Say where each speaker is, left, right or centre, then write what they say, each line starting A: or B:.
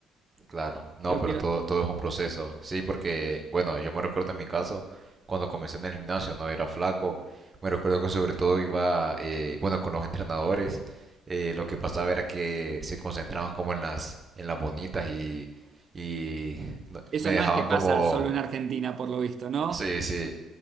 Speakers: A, on the right; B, on the right.
A: claro. No,
B: Yo
A: pero
B: quiero.
A: todo, todo es un proceso. Sí, porque, bueno, yo me recuerdo en mi caso, cuando comencé en el gimnasio, no era flaco. Me recuerdo que sobre todo iba, eh, bueno, con los entrenadores, eh, lo que pasaba era que se concentraban como en las, en las bonitas y, y no-
B: Eso
A: me dejaban
B: no es que pasa
A: como,
B: solo en Argentina, por lo visto, ¿no?
A: sí, sí,